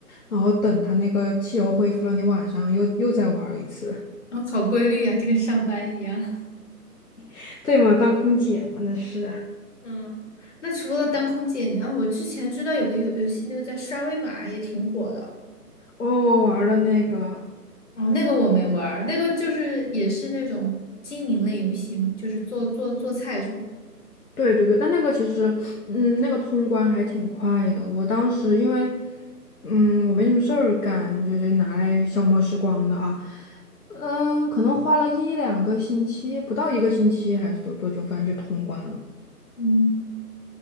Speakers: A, on the left (about 65°); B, on the left (about 45°).
A: 然后等它那个汽油恢复了，你晚上又又再玩一次，
B: 哦，好规律啊，就跟上班一样。
A: <laughs> 对吗？当空姐嘛，那是。
B: <laughs> 嗯，那除了当空姐，你啊，我之前知道有个游游戏，那个叫沙威玛，也挺火的。
A: 我我玩了那个，
B: 哦，那个我没玩儿那个就是也是那种经营类游戏嘛，就是做做做菜是吧？
A: 对对对，但那个其实，嗯，那个通关还挺快的。我当时因为，嗯，我没什么事儿干，就就拿来消磨时光的啊。嗯，可能花了一两个星期，不到一个星期还是多多久，反正就通关了。
B: 嗯。